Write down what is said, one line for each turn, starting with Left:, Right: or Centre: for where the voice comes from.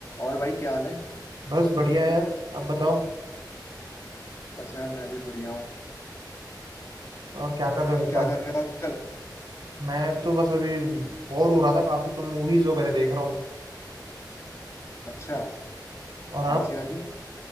Left: और भाई क्या हाल है
Right: बस बढ़िया यार अब बताओ
Left: बस यार मैं भी बढ़िया हूँ
Right: और क्या कर रहे हो
Left: क्या
Right: यार
Left: कर रहे हो आजकल
Right: मैं तो बस अभी बोर हो रहा था काफी तो मूवीज वगैरह देख रहा हूँ
Left: अच्छा
Right: और आप
Left: कौन सी वाली